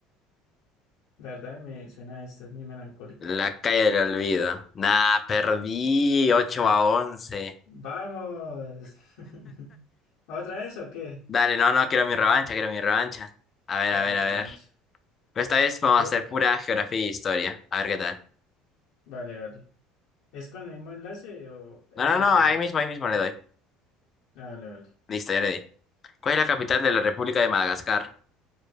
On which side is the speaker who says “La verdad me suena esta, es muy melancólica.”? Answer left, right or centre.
Left